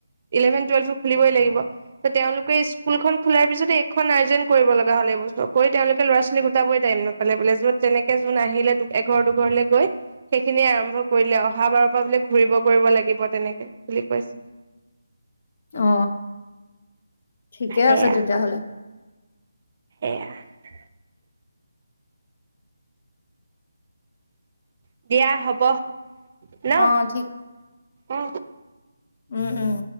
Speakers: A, on the right; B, on the left.
A: ইলেভেন টুৱেল্ভো খুলিবই লাগিব। ত তেওঁলোকে স্কুলখন খোলাৰ পিছতে এইখন আৰ্জেন কৰিব লগা হলে এই্তৈ তেওঁলোকে ল'ৰা ছোৱালীক গোটাবই টাইম নাপালে বোলে যত তেনেকে যোন আহিলে এঘৰ দুঘৰলে গৈ সেইখিনিয়ে আৰম্ভ কৰিলে অহা বাৰৰ পৰা বোলে ঘূৰিব কৰিব লাগিব তেনেকে বুলি কৈছে।
B: অ ঠিকে
A: সেয়া
B: আছে তেতিয়াহলে
A: <unintelligible> <inaudible> দিয়া হ'ব ন
B: অ',
A: অ
B: উম-উম